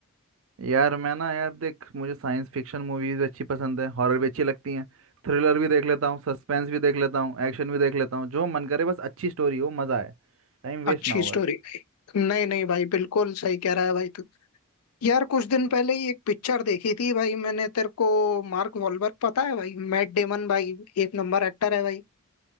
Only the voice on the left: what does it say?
अच्छी
स्टोरी
नहीं नहीं भाई बिल्कुल सही कह रहा है भाई तू यार कुछ दिन पहले ही एक पिक्चर देखी थी भाई मैंने तेरे को मार्क वॉलबर्ग पता है भाई मैट डेमन भाई एक नंबर एक्टर है भाई